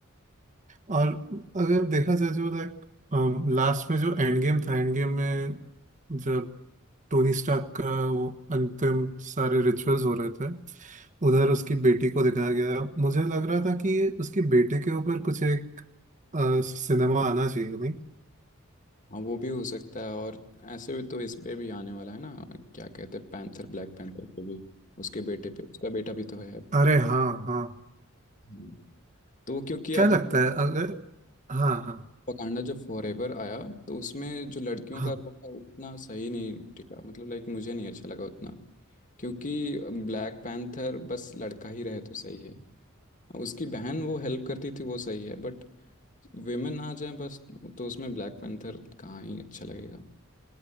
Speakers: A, on the right; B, on the left.
A: और अगर देखा जाए जो लाइक लास्ट में जो एंड गेम था एंड गेम में जब टोनी स्टार्क का वो अंतिम सारे रिचुअल्स हो रहे थे उधर उसकी बेटी को दिखाया गया मुझे लग रहा था कि उसकी बेटे के ऊपर कुछ एक सिनेमा आना चाहिए नहीं
B: हाँ वो भी हो सकता है और ऐसे भी तो इस पे भी आने वाला है ना क्या कहते हैं पैंथर ब्लैक पैंथर पे भी उसके बेटे पे उसका बेटा भी तो है
A: अरे हाँ हाँ
B: हम्म, तो वो क्योंकि
A: क्या
B: अभी
A: लगता है अगर हाँ हाँ
B: वकांडा जब फॉरएवर आया तो उसमें जो लड़कियों
A: हाँ
B: का रोल था वो उतना सही नहीं टिका मतलब लाइक मुझे नहीं अच्छा लगा उतना क्योंकि ब्लैक पैंथर बस लड़का ही रहे तो सही है उसकी बहन वो हेल्प करती थी वो सही है बट विमेन आ जाए बस तो उसमें ब्लैक पैंथर कहाँ ही अच्छा लगेगा